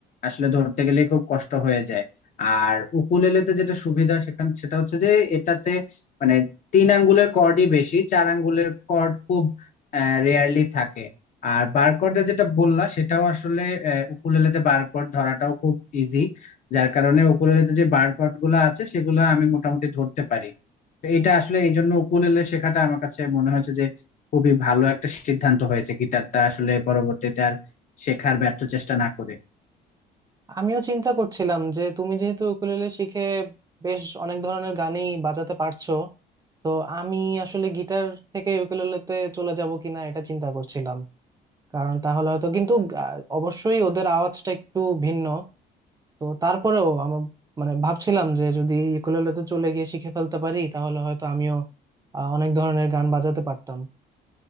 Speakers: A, on the left; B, on the right.
A: আসলে ধরতে গেলে খুব কষ্ট হয়ে যায় আর উকুলেলেতে যেটা সুবিধা সেখান সেটা হচ্ছে যে এটাতে মানে তিন আঙ্গুলের কর্ডই বেশি চার আঙ্গুলের কর্ড খুব রেয়ারলি থাকে আর বারকোডে যেটা বললা সেটাও আসলে আহ, উকুলেলেতে বারকোড ধরাটাও খুব ইজি যার কারণে উকুলেলেতে যে বার্ড পার্ট গুলো আছে সেগুলো আমি মোটামুটি ধরতে পারি তো এটা আসলে এই জন্য উকুলেলে শেখাটা আমার কাছে মনে হয়েছে যে খুবই ভালো একটা সিদ্ধান্ত হয়েছে গিটারটা আসলে পরবর্তীতে আর শেখার ব্যর্থ চেষ্টা না করে
B: আমিও চিন্তা করছিলাম যে তুমি যেহেতু উকুলেলে শিখে বেশ অনেক ধরনের গানই বাজাতে পারছো তো আমি আসলে গিটার থেকে উকুলেলেতে চলে যাব কিনা এটা চিন্তা করছিলাম কারণ তাহলে হয়তো কিন্তু আহ, অবশ্যই ওদের আওয়াজটা একটু ভিন্ন তো তারপরেও আমার মানে ভাবছিলাম যে যদি উকুলেলেতে চলে গিয়ে শিখে ফেলতে পারি তাহলে হয়তো আমিও আহ, অনেক ধরনের গান বাজাতে পারতাম